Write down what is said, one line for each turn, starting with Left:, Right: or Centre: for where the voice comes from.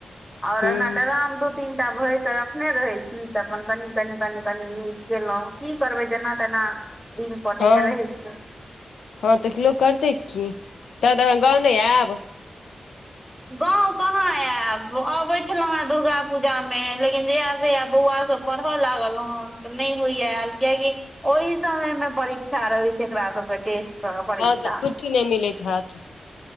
Centre: आओर
Left: हूँ
Centre: ओना तऽ ड्राम दु तीनटा भैरि कऽ रखने रहै छी तऽ अपन कनि कनि कनि कनि यूज केलौं की करबै जेना तेना दिन कटै
Left: हँ
Centre: के रहै छै।
Left: हँ तऽ लोक करतै की तऽ एखन गाँव नय आयब
Centre: गाँव कहाँ आयब अबै छलौं हेँ दुर्गा पूजामे लेकिन जहिया से हैये बौआ सब पढ़ऽ लागल हन तऽ नय होइये एल कियेकी ओहि समय मे परीक्षा रहै छै एकरा सबके टेस्ट पर परीक्षा
Left: तहन तऽ छुट्टी नहि मिलैत हैत